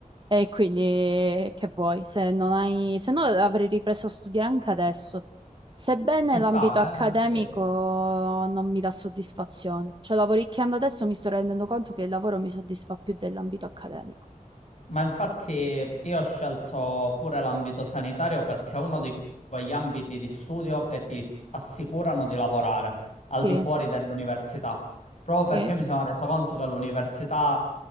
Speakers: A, on the right; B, on the left.
A: E quindi eh, che vuoi? Se non hai, se no avrei ripreso a studiare anche adesso. Sebbene
B: ci sta,
A: l'ambito accademico
B: eh? Sì.
A: non mi dà soddisfazione, cioè lavoricchiando adesso mi sto rendendo conto che il lavoro mi soddisfa più dell'ambito accademico.
B: Ma infatti io ho scelto pure l'ambito sanitario perché è uno di quegli ambiti di studio che ti s- assicurano di lavorare al
A: Sì,
B: di fuori dell'università, proprio
A: sì,
B: perché io mi sono reso conto che l'università